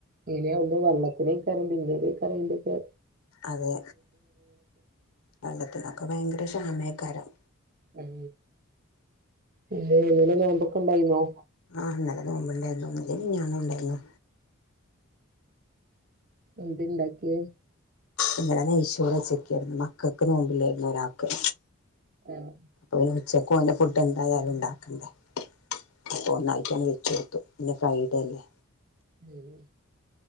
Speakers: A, on the right; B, on the left.
A: ഇങ്ങനെയ ആവുമ്പോ വെള്ളത്തിനേ കരണ്ട് പിന്നീട കറന്റെൊക്കെ
B: അതെ വെള്ളത്തിനൊക്കെ ഭയങ്കര ക്ഷാമയക്കരം
A: ഉം ന്റെ ഇന്നലെ നോമ്പൊക്ക ഉണ്ടായിന്നോ
B: ആഹ് ഇന്നലെ നോമ്പുണ്ടായിരുന്നു ഇനലെ മിനിയാന്നുംഉണ്ടായിരുന്നു
A: എന്തുണ്ടാകിയെ
B: ഇന്നലെ നെയ്ച്ചോറ് വെച്ചക്കായിരുന്നു മക്കൾക്ക് നോമ്പില്ലായിരുന്നു ഒരാക്ക്‌
A: ആഹ്
B: ഓന് ഉച്ചക്ക് ഓന് ഫുഡ് എന്തായാലും ഉണ്ടാക്കണ്ടേ അപ്പൊ ഒന്നായിട്ടാണ്ട് വെച്ച്ടുത്തു ഇന്ന് ഫ്രൈഡേ അല്ലേ
A: ഏയ്